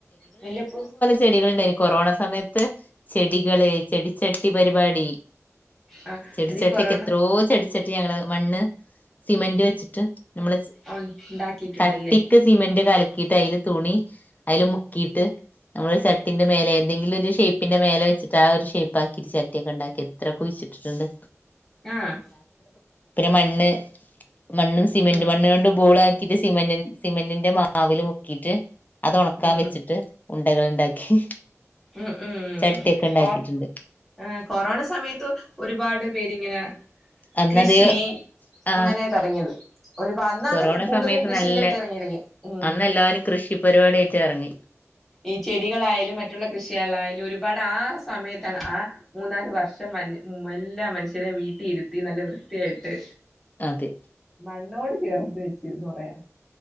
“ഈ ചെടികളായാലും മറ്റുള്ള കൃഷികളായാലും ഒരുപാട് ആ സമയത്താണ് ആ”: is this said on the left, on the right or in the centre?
Centre